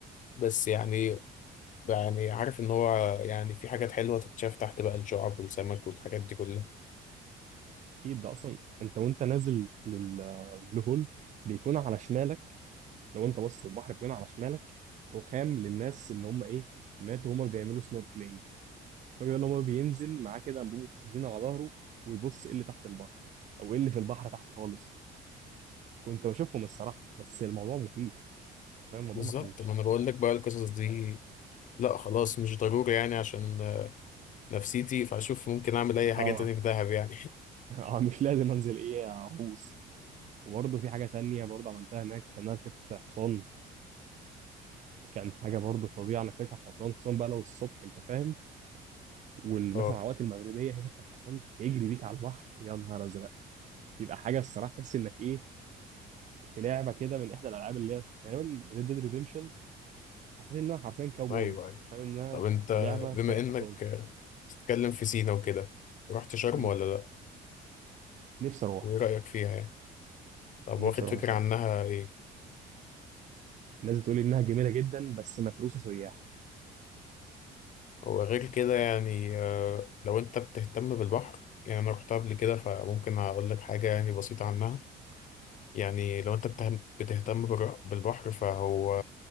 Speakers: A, on the left; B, on the right.
A: بس يعني يعني عارف إن هو يعني في حاجات حلوة تتشاف تحت بقى الشعب والسمك والحاجات دي كلها
B: اكيد ده اصلا انت وانت نازل للبلو هول بيكون على شمالك لو انت باصص للبحر كمان على شمالك رخام للناس اللي هم ايه ماتوا هم بيعملوا سنوركلينج الفرق ان هو بينزل معاه كده انبوبه اكسجين على ظهره ويبص ايه اللي تحت البحر او ايه اللي في البحر تحت خالص كنت بشوفهم الصراحه بس الموضوع مخيف أنت فاهم الموضوع
A: بالظبط
B: ما كانش
A: ما أنا بقول لك بقى القصص دي لا خلاص مش ضروري يعني عشان آه، نفسيتي فأشوف ممكن أعمل أي
B: اه
A: حاجة تاني في دهب يعني <laughs>
B: <laughs> اه مش لازم انزل ايه اغوص وبرضه في حاجه تانية برضه عملتها هناك كان ركبت حصان كان حاجه برضه فظيعه انك تركب حصان خصوصا بقى لو الصبح انت فاهم ومثلا
A: أه
B: على وقت المغربيه هي تركب حصان تجري بيك على البحر يا نهار ازرق يبقى حاجه الصراحه تحس انك ايه في لعبه كده من احدى الالعاب اللي هي غالبا ريد ديد ريديمشن حسيت انها حرفيا كاوبوي
A: أيوه أيوه
B: فاهم انها
A: طب أنت
B: في لعبه
A: بما
B: سايق
A: إنك
B: حصان
A: آه، تتكلم في سينا وكده رحت شرم
B: مم.
A: ولا لأ؟
B: نفسي اروح
A: وإيه رأيك فيها يعني؟ طب
B: نفسي
A: واخد
B: اروح
A: فكرة
B: بصراحه
A: عنها إيه؟
B: الناس بتقول انها جميله جدا بس متروسه سياح
A: وغير كده يعني آه، لو انت بتهتم بالبحر يعني انا رحت قبل كده فممكن اقول لك حاجة يعني بسيطة عنها يعني لو انت بتهم- بتهتم بالر- بالبحر فهو